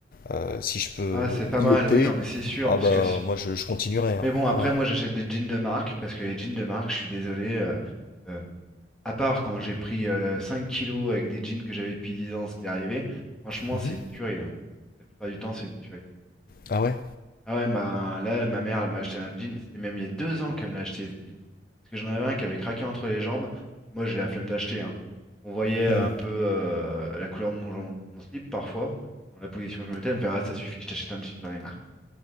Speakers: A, on the left (about 50°); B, in the centre.
A: euh, si je peux
B: ah, c'est pas
A: y
B: mal,
A: opter,
B: oui, non, mais c'est sûr,
A: ah
B: parce
A: bah
B: que, si-
A: moi je, je continuerai. hein.
B: mais bon, après,
A: Ouais.
B: moi, j'achète des jeans de marque parce que les jeans de marque, je suis désolé. euh, euh, À part quand j'ai pris euh, 5 kilos avec des jeans que j'avais depuis 10 ans, ce qui est arrivé, franchement,
A: Mhm.
B: c'est une tuerie. hein. La plupart du temps, c'est une tuerie.
A: Ah ouais?
B: Ah ouais, ma- là, ma mère, elle m'a acheté un jean. C'était même il y a deux ans qu'elle me l'a acheté, ce jean. Parce que j'en avais un qui avait craqué entre les jambes. Puis moi, j'ai la flemme d'acheter. hein. Donc on voyait un
A: Hmm.
B: peu euh, la couleur de mon, mon slip parfois. Dans la position que je mettais, elle me fait, Ah, ça suffit, je t'achète un jean, j'en ai marre